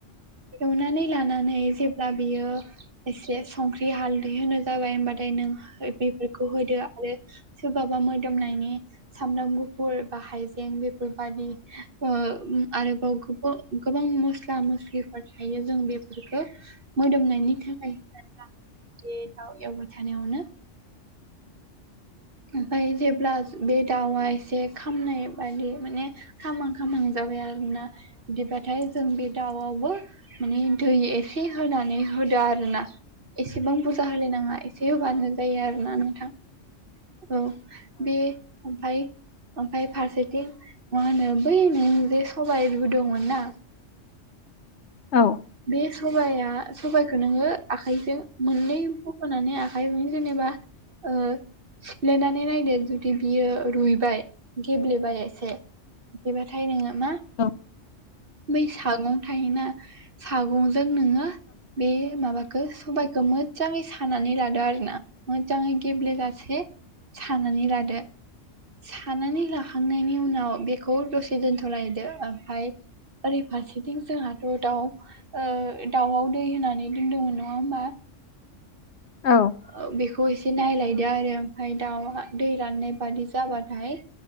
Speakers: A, on the right; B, on the left.
A: एवनानै लानानै जेब्ला बेयो एसे संख्रि हालदै होनो जाबाय ओमबाथाय नों बेफोरखौ होदो आरो सोरबाबा मोदोमनायनि सामब्राम गुफुर बा हायजें बेफोरबादि ओ आरोबाव गोबाव गोबां मस्ला मस्लिफोर थायो जों बेफोरफोरखो मोदोमनायनि थाखाय <unintelligible> बे दाउ एवबाय थानायावनो ओमफाय जेब्ला बे दाउआ एसे खामनाय बादि माने खामां खामां जाबाय आरोना। बिदिबाथाय जों बे दाउआवबो माने दै एसे होनानै होदो आरोना एसेबां बुरजा होलाय नाङा। एसे होबानो जायो आरोना नोंथां औ बे ओमफ्राय ओमफ्राय फारसेथिं मा होनो बै नों जे सबाइ रुदोंमोन ना
B: औ
A: बे सबाइया सबाइखौ नोङो आखाइजों मोननै बख'नानै आखाइजों जेनेबा ओ सिफ्लेनानै नायदो जुदि बियो रुइबाय गेब्लेबाय एसे बिदिबाथाय नोङो मा
B: अ
A: बै सागं थायोना सागंजों नोङो बे माबा खो सबाइखो मोजाङै सानानै लादो आरोना मोजाङै गेब्लेेजासे सानानै लादो। सानानै लाखांनायनि उनाव बेखौ दसे दोनथ'लायदो ओमफ्राय ओरै फारसेथिं जोंहाथ' दाउ ओ दाउआव दै होनानै दोनदोंमोन नङा ओमबा
B: औ
A: ओ बेखौ एसे नायलायदो आरो ओमफ्राय दाउआ दै राननाय बादि जाबाथाय